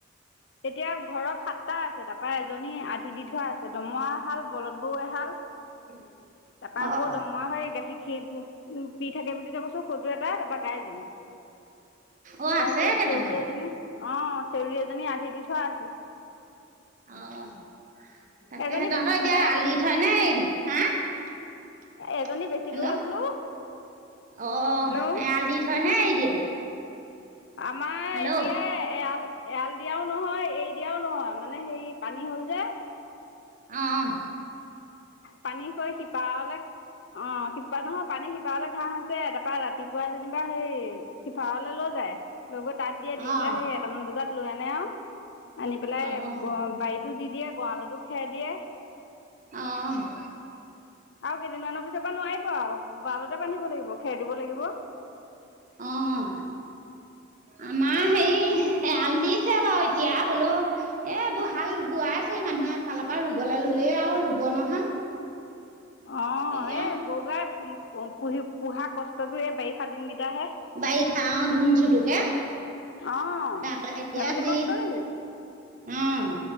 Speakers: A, on the left; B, on the right.
A: এতিয়া ঘৰত সাতটা আছে, তাপা এজনী আধি দি থোৱা আছে, দমৰা এহাল, বলত গৰু‌ এহাল।
B: <unintelligible>
A: তাপা‌‌ আকৌ
B: অ',
A: দমৰা হেই গাখীৰ খি উ‌ম পি থাকে বুলি যে‌‌ কৈছো, সৌটো এটা, তাপা গায়জনী।
B: অ',
A: তাপাই
B: আছে
A: হেই,
B: কেইটামান
A: চেউৰী এজনী, অহ' চেউৰী ‌এজনী‌‌ আধি দি থোৱা আছে।
B: অহ', তাকেহে
A: এজনী
B: তহঁতৰ
A: বেচিলোঁহে
B: এতিয়া এৰাল দি থয় নে এৰি দিলে, হা?
A: এজনী বেচিলোহে
B: হেল্লো',
A: বোলো
B: অ',
A: হেল্ল'
B: এৰাল দি থয় নে এৰি দিয়ে।
A: আমাৰ
B: হেল্ল'
A: এতিয়া
B: অঁ
A: এৰাল। এৰাল দিয়াও নহয়, এৰি দিয়াও নহয় মানে হেৰি পানী হ'ল যে।
B: অ', অ'।
A: পানী হৈ সিপাৰলে অহ', সিপাৰ নহয়, পানী সিপাৰলে ঘাঁহ আছে তাপা ৰাত। ৰাতিপুৱা যেনিবা সেই সিপাৰলৈ লৈ যায় লৈ গৈ তাত দিয়ে, দি
B: অঁ
A: পেলাই সেই। এটামান বজাত লৈ আনে আও আনি পেলাই
B: অঁ
A: ঘৰ বাৰীতো দি দিয়ে গৰালতো খেৰ দিয়ে।
B: অ 'হয়।
A: আও কেইদিনমানৰ পিছৰ পা নোৱাৰিব আও গ গৰালতে বান্ধিব লাগিব খেৰ দিব লাগিব।
B: অ'হ। আমাৰ হেৰি এৰাল দিছে বাও এতিয়া, হ'লো। এবো হাল বোৱাইছে মানুহে এফালৰ পৰা ৰুবলে ললেই আও ৰুব নহয়।
A: অ',
B: তেতিয়া
A: এই গৰু গায় পু পুহি পোহা কষ্টটোৱে বাৰিষা দিনকেইটাহে।
B: বাৰিষ অহ, ধুন চুটোকে
A: অঁ
B: তাৰ পা এতিয়া
A: ধেমালি
B: সেই।
A: কষ্ট নেকি
B: অ'হ,